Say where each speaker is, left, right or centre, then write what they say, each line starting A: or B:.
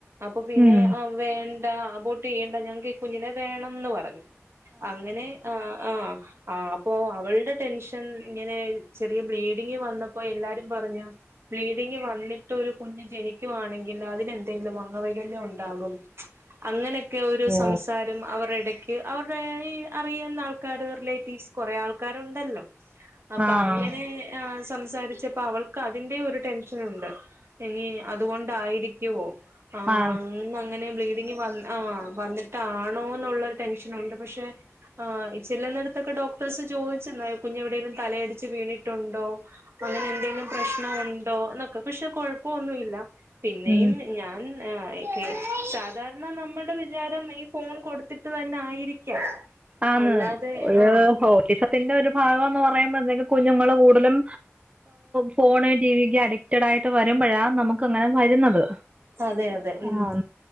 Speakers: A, on the right; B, on the right.
A: അപ്പൊ പിന്നെ
B: ഉം
A: ആ വേണ്ട ആ അബോട്ട് ചെയ്യണ്ട ഞങ്ങക്ക് ഈ കുഞ്ഞിനെ വേണംന്ന് പറഞ്ഞു അങ്ങനെ ആ ആ ആ അപ്പൊ അവളുടെ ടെൻഷൻ ഇങ്ങനെ ചെറിയ ബ്ലീഡിങ് വന്നപ്പോ എല്ലാരും പറഞ്ഞു ബ്ലീഡിങ് വന്നിട്ട് ഒരു കുഞ്ഞ് ജനിക്കുവാണെങ്കിൽ അതിനെന്തെങ്കിലും അംഗവൈകല്യം ഉണ്ടാകും അങ്ങനെ ഒക്കെ ഒരു
B: ഓ
A: സംസാരം അവർ ഇടയ്ക്ക് അവരുടെ ഈ അറിയുന്ന ആൾക്കര് റിലേറ്റീവ്സ് കുറേ ആൾക്കാർ ഉണ്ടല്ലോ അപ്പൊ
B: ആഹ്
A: അങ്ങനെ ആ സംസാരി ച്ചപ്പോ അവൾക്ക് അതിന്റെയും ഒരു ടെൻഷൻ ഉണ്ട് ഇനി അതുകൊണ്ടായിരിക്കുവോ ആഹ്
B: ആ
A: അ അങ്ങനെ ബ്ലീഡിങ് വന്ന് ആഹ് വന്നിട് ട്ടാണോ എന്നുള്ളരു ടെൻഷൻുണ്ട് പക്ഷെ ആ ചെല്ലൂന്നിടത്തൊക്കെ ഡോക്ടേഴ്സ് ചോയ് കുഞ്ഞ എവിടെങ്കിലും തലയടിച്ച് വീണിട്ടുണ്ടോ അങ്ങനെ എന്തെങ്കിലും പ്രശ്നം ഉണ്ടോ എന്നൊക്കെ പക്ഷെ കൊഴപ്പമൊന്നുല്ല പിന്നെയും
B: ഉം
A: ഞാൻ ക്കെ സാധാരണ നമ്മുടെ വിചാരം ഈ ഫോൺ കൊടുത്തിട്ട് തന്നെ ആയിരിക്കാം
B: ആന്ന്
A: അല്ലാതെ
B: ഒരു
A: ആ
B: ഓ ത്തിന്റെ ഒരു ഭാഗംന്ന് പറയുമ്പത്തേക്കും കുഞ്ഞുങ്ങള്ൾ കൂടുലും ഫോൺ ടി വിക്ക് അഡിക്റ്റഡ് ആയിട്ട് വരുമ്പോഴാ നമു <unintelligible> വരുന്നത്
A: അതെയതെ. ഉം
B: ആഹ്